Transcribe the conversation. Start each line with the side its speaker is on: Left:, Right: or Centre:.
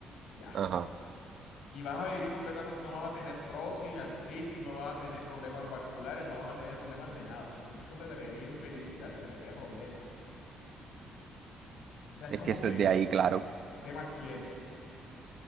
Left: Ya.
Right: ajá.
Left: Y vas a vivir completamente, no vas a tener trosis, artritis, no vas a tener problemas vasculares, no vas a tener problemas de nada, porque eso te traería infelicidad, te traería problemas. O sea, es
Right: Es
Left: como
Right: que eso
Left: que,
Right: es de ahí, claro.
Left: ¿qué más quieres?